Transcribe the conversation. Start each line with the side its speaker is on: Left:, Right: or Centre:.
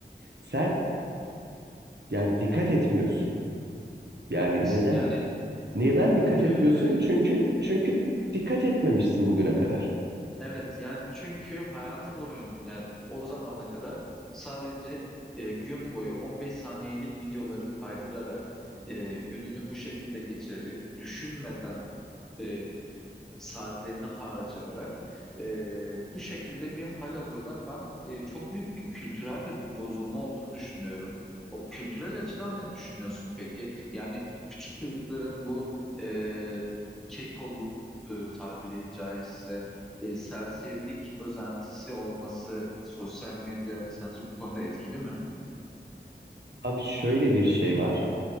Right: Sen yani dikkat etmiyorsun. Yani
Centre: Evet
Right: neden?
Centre: yani
Right: Neden
Centre: çünkü
Right: dikkat etmiyorsun? Çünkü
Centre: e,
Right: çünkü dikkat etmemişsin bugüne kadar.
Centre: Evet yani çünkü hayatı boyunca yani o zamana kadar sadece e, gün boyu 15 saniyelik videoları kaydırarak e, gününü bu şekilde geçirerek düşünmeden e, saatlerini harcayarak e, bu şekilde bir hal alıyorlar. Ben e, çok büyük bir kültürel de bir bozulma olduğunu düşünüyorum. O kültürel açıdan ne düşünüyorsun peki? Yani küçük çocukların bu e, kekoluk e, tabiri caizse e, serserilik özentisi olması sosyal medya sence bu konuda etkili mi?
Right: Abi şöyle bir şey var.